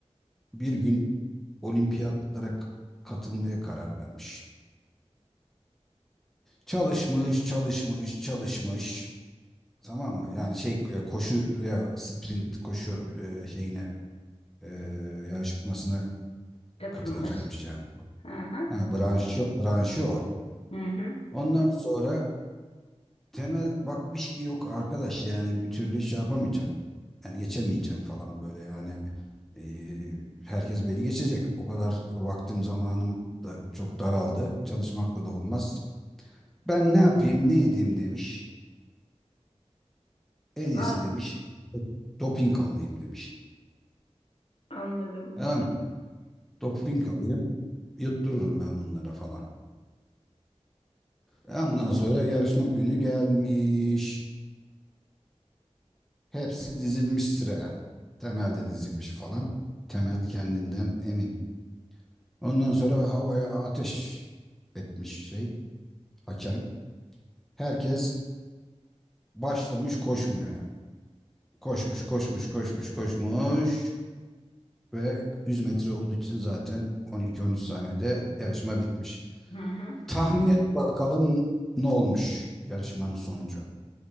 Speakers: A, in the centre; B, on the left.
A: bir gün olimpiyatlara k- katılmaya karar vermiş. Çalışmış, çalışmış, çalışmış. Tamam mı? Yani şey e, koşuya sprint koşu e, şeyine e, yarışmasına
B: Katılmış.
A: katılacakmış yani.
B: Hı hı.
A: Ha, branşı, branşı o.
B: Hı hı.
A: Ondan sonra Temel bakmış ki yok arkadaş yani bir türlü şey yapamayacağım. Yani geçemeyeceğim falan böyle yani. E, herkes beni geçecek. O kadar vaktim zamanım da çok daraldı. Çalışmakla da olmaz. Ben ne yapayım ne edeyim demiş. En iyisi
B: Ha,
A: demiş doping alayım demiş.
B: Anladım.
A: Tamam mı? Doping alayım yuttururum ben bunlara falan. Ondan sonra yarışma günü gelmiş. Hepsi dizilmiş sıraya. Temel de dizilmiş falan. Temel kendinden emin. Ondan sonra havaya ateş etmiş şey hakem. Herkes başlamış koşmaya. Koşmuş koşmuş koşmuş koşmuş ve 100 metre olduğu için zaten 12-13 saniyede yarışma bitmiş.
B: Hı hı.
A: Tahmin et bakalım ne olmuş yarışmanın sonucu.